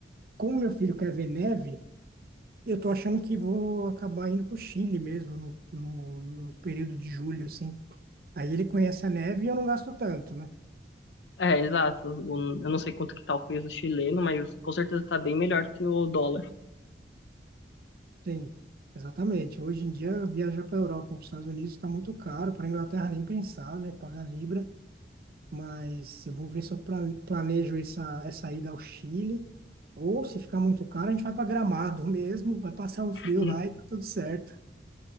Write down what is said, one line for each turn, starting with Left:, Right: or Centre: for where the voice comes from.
Right: Como meu filho quer ver neve, eu tô achando que vou acabar indo pro Chile mesmo, no, no, no período de julho, assim, Aí ele conhece a neve e eu não gasto tanto, né?
Left: É, exato. O- Eu não sei quanto que tá o peso chileno, mas com certeza tá bem melhor que o dólar.
Right: Sim, exatamente. Hoje em dia, viajar para a Europa ou para os Estados Unidos está muito caro, para a Inglaterra nem pensar, né? Pagar libra. Mas eu vou ver se eu pla- planejo essa, essa ida ao Chile. Ou se ficar muito caro, a gente vai para Gramado <laughs> mesmo, vai passar um frio
Left: <laughs>
Right: lá e tá tudo certo.